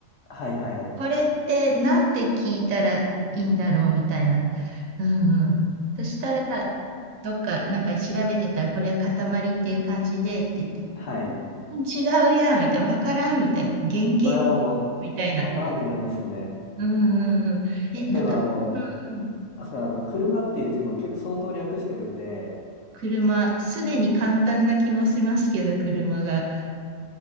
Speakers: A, on the left (about 65°); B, on the right (about 75°).
A: はいはい。
B: これってなんて聞いたらいいんだろうみたいな。うんうん。そしたら、どっか、なんか調べてたら、これは塊っていう感じでって言って、
A: はい。
B: 違うやん、みたいな、わからん、みたいな、原型、
A: それはもうわからん、
B: みたいな。
A: わからんって感じですよね。
B: うんうんうん。え、
A: 例えばあの、
B: なかなか、うんうん。
A: あ、そうあの、車っていう字も結構相当略してるんで、
B: 車、すでに簡単な気もしますけど、車が。